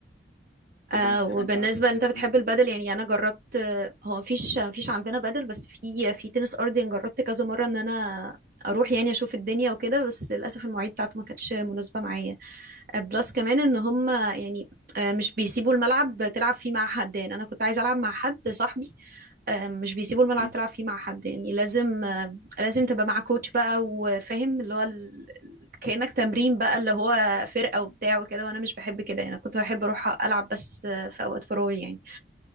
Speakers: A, on the left; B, on the right.
A: طب
B: آه
A: انت
B: وبالنسبة
A: انت عارفه
B: ان انت بتحب
A: مم.
B: البادل يعني انا جربت آه، هو مفيش مفيش عندنا بادل بس في في تنس ارضي انا جربت كذا مرة ان انا اروح يعني اشوف الدنيا وكده بس للاسف المواعيد بتاعته ما كانتش مناسبة معايا آه، بلس كمان ان هم يعني آه، مش بيسيبوا الملعب تلعب فيه مع حد يعني انا كنت عايزة العب مع حد صاحبي آه، مش بيسيبوا الملعب
A: مم.
B: تلعب فيه مع حد يعني لازم آه، لازم تبقى مع كوتش بقى وفاهم اللي هو ال- كأنك تمرين بقى اللي هو فرقة
A: مم.
B: وبتاع وكده وانا مش بحب كده يعني أنا كنت بحب اروح العب بس في اوقات فراغي يعني